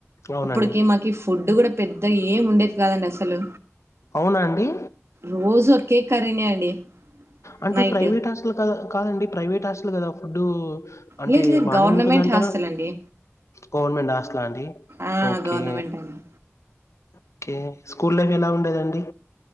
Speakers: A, on the left (about 75°); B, on the right (about 65°).
A: అవునండి
B: అప్పుడికి మాకి ఫుడ్ కూడా పెద్ద ఏం ఉండేది కాదండి అసలు
A: అవునా అండి
B: రోజు ఒక్కే కరీనే అండి
A: అంటే
B: నైట్.
A: ప్రైవేట్ హాస్టల్ క కాదండి ప్రైవేట్ హాస్ల్ కదా ఫుడు అంటే
B: లేదు లేదు
A: బానే
B: గవర్నమెంట్
A: ఉంటుందంటారా
B: హాస్టల్ అండి.
A: గవర్నమెంట్ హాస్టలా అండి
B: ఆ!
A: ఓకే
B: గవర్నమెంట్ అండి.
A: ఓకే స్కూల్ లైఫ్ ఎలా ఉండేదండి